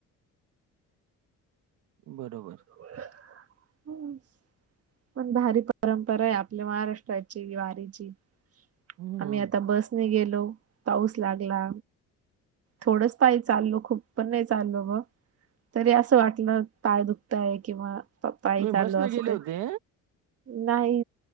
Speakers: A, on the right; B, on the right.
A: बरोबर.
B: <inaudible> पण भारी परंपरा आहे, आपल्या महाराष्ट्राची, वारीची
A: हं.
B: आम्ही आता बसने गेलो, पाऊस लागला. थोडंच पाय चालो, खूप पण नाही चालो ग तरी असं वाटलं पाय दुखत, आहे, किंवा पायी
A: तुम्ही
B: चाललो
A: बस न
B: असं
A: गेले
B: काही
A: होते?
B: नाही